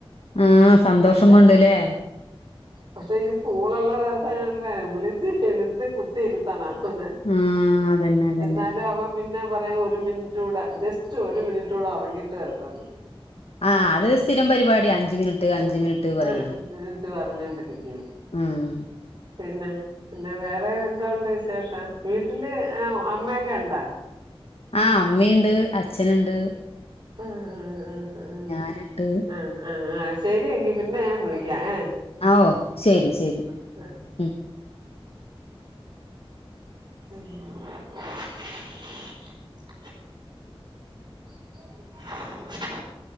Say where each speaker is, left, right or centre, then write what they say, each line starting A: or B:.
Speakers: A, on the left; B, on the right.
A: ആഹ് സന്തോഷം
B: പക്ഷെ
A: കൊണ്ട്ല്ലേ
B: പക്ഷെ ഈ സ്കൂൾ ഉള്ള ദിവസങ്ങളിലെ വിളിച്ച് എടുത്ത് കുത്തിയിരുത്തണം അവനെ
A: ആഹ് അതന്നെ അതന്നെ
B: എന്നാലും അവൻ പിന്നെ പറയും ഒരു മിനിറ്റ് കൂടെ ജസ്റ്റ് ഒരു മിനിറ്റൂടെ ഉറങ്ങീട്ട് വരട്ടെന്ന്
A: ആഹ് അത് സ്ഥിരം പരിപാടിയ അഞ്ചു മിനിറ്റ് അഞ്ചു
B: ആഹ്
A: മിനിറ്റ് പറയല്
B: ആഹ് എന്നിട്ട് പറഞ്ഞോണ്ടിരിക്കുന്നു
A: ആഹ്
B: പിന്നെ പിന്നെ വേറെ എന്തോണ്ട് വിശേഷം വീട്ടില് അമ്മയൊക്കെ ഉണ്ടാ
A: ആ അമ്മയുണ്ട് അച്ഛനുണ്ട്
B: ആഹ് ആഹ്
A: ഞാനുണ്ട്
B: ആഹ് ആഹ് ആഹ് ശരി എങ്കി പിന്നെ ഞാൻ വിളിക്കാം ഏ
A: ഓ ശരി ശരി
B: <inaudible>
A: ഉം
B: <inaudible> <inaudible>